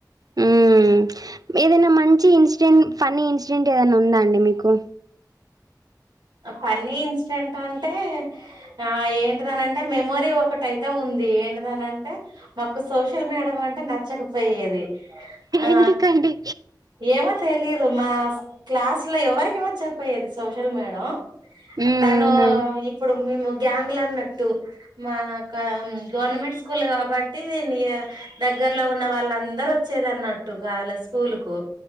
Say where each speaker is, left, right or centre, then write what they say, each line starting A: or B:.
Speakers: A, on the right; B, on the right.
A: ఉమ్ ఏదైనా మంచి ఇన్సిడెంట్ ఫన్నీ ఇన్సిడెంట్ ఏదైనా ఉందాన్ అండి మీకు
B: ఫన్నీ ఇన్సిడెంట్ అంటే ఆ ఏంటిదని అంటే మెమోరీ ఒకటైతే ఉంది. ఏంటిదని అంటే మాకు సోషల్ మేడం అంటే నచ్చకపోయేది. ఆ
A: ఎందుకండి
B: ఏమో తెలిద్ మా క్లాస్ లో ఎవరికి నచ్చకపోయేది సోషల్ మేడం లో
A: మ్,
B: తను
A: అవునా
B: ఇప్పుడు మేము గ్యాంగ్ ల అన్నట్టు మా క గవర్నమెంట్ స్కూల్ కాబట్టి నియ దగ్గర్లో ఉన్న వాళ్ళందరు వచ్చేది అన్నట్టు గాల స్కూల్ కు